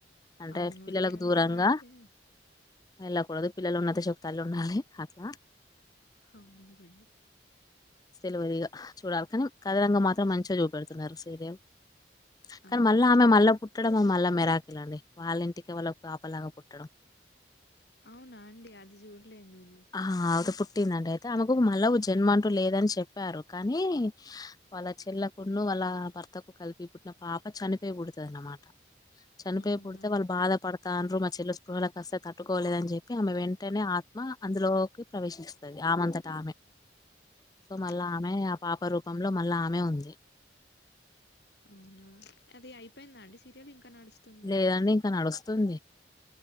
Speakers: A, on the left (about 20°); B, on the left (about 60°).
A: అంటే
B: అవును
A: పిల్లలకు
B: రియాలిటీలో
A: దూరంగా
B: అయితే
A: వెళ్ళకూడదు పిల్లలు ఉన్నద శక్తాళు ఉండాలి అట్లా
B: అవును అండి
A: సెలవరగా చూడాలి కానీ కథ రంగం మాత్రం మంచిగా చూపెడుతున్నారు సీరియల్ కానీ
B: అవును
A: మళ్ళీ ఆమె మళ్ళా పుట్టడం మళ్ళా మెరాకిలండి వాళ్ళ ఇంటికి వాళ్ళ కోపలాగా పుట్టడం
B: అవునా అండి అది చూడలేదు నేను
A: ఆ ఆమెకు పుట్టిందండి అయితే ఆమెకు మళ్ళా జన్మ అంటూ లేదని చెప్పారు కానీ వాళ్ళ చెల్లలకుడు అలా భర్తకు కలిపి పుట్టిన పాప చనిపోయి పడుతుంది అన్నమాట చనిపోయి
B: అవునా
A: పడితే వాళ్ళు బాధ పడత తండ మా చెల్ల స్పృహాల కాస్తే తట్టుకోలేద అని చెప్పి ఆమె వెంటనే ఆత్మ అందులోకి ప్రవేశిస్తుంది అమంతటమెే సో మళ్ళా
B: ఓకే
A: ఆమె ఆ పాప రూపంలో మళ్ళా ఆమె ఉంది
B: అవునా అది అయిపోయిందా అండి సీరియల్ ఇంకా నడుస్తుందా
A: లేదండి ఇంకా నడుస్తుంది